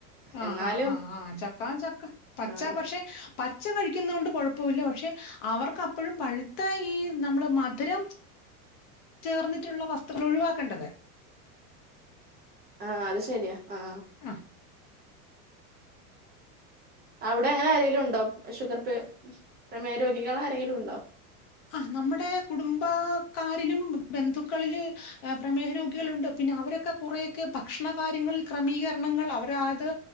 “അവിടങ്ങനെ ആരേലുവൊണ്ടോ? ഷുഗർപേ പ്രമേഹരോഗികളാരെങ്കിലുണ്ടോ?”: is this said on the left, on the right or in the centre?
Right